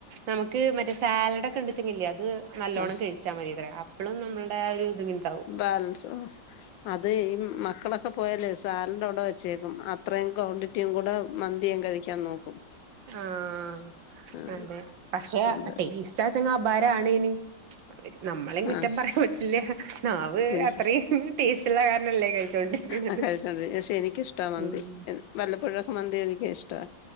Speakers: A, on the right; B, on the left.
A: നമുക്ക് മറ്റേ സാല ഇടക്ക ഉണ്ടിച്ചില്ലേ അത് നല്ലോണ്ണം
B: ആ
A: കഴിച്ചാൽ മതിത്രേ ഇപ്പോഒന്നും ഒരു ഇങ്ങണ്ടാവും
B: ബാലൻസ് അത് ഈ മക്കളൊക്കെ പോയാല് സാലഡ് അവിടെ വെച്ചേക്കും ഇത്രയും ക്വാണ്ടിറ്റിയും കൂടെ മന്തിയും കഴിക്കാൻ നോക്കും
A: ആഹ
B: ആ
A: അതെ പക്ഷെ
B: അതെ
A: ടേസ്റ്റ് ആയിട്ട് ാരാണ്നി <unintelligible> അവര് നമ്മളേും കുറ്റം
B: ആ
A: പറയാൻ പറ്റില്ല നാവ്
B: എനിക്ക്
A: അത്രയും ടേസ്റ്റുള്ള കാരണല്ലേ കഴിച്ചോണ്ടിരിക്കണത്
B: ആ കഴിച്ച്ണ്ട് പക്ഷെ എനിക്കിഷ്ടാ മന്തി
A: ഉം
B: വല്ലപ്പഴൊക്കെ മന്തി കഴിക്കാൻ ഇഷ്ടാ